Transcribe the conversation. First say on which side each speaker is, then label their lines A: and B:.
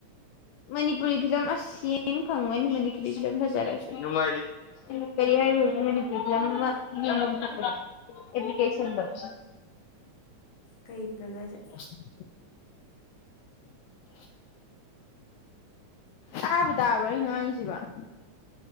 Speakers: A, on the left; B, on the left.
A: Manipuri film ꯑꯁ ꯌ‌ꯦꯡ ꯐꯪꯉꯣꯏꯅ‌ꯦ ꯃꯅꯤꯄꯨꯔꯤ ꯐꯤꯂꯝ ꯐꯖꯔꯁꯨ ꯅꯨꯡꯉꯥꯏꯔꯤ ꯀꯔꯤ ꯍꯥꯏꯔꯨꯏ ꯃꯅꯤꯄꯨꯔꯤ ꯐꯤꯂꯝ ꯑꯃꯥ ꯌ‌ꯦꯡꯉ ꯃꯨꯊꯠꯄꯗ‌ꯣ ꯑꯦꯄꯂꯤꯀꯦꯁꯟ ꯗ‌ꯣ
B: ꯀꯩ <unintelligible> ꯍꯥꯏꯖ‌ꯦ
A: <unintelligible> <inaudible> ꯇꯥꯕꯨ ꯇꯥꯕ꯭ꯔꯣ ꯑꯩ ꯉꯥꯡꯉꯤꯁꯤꯕ‌ꯣ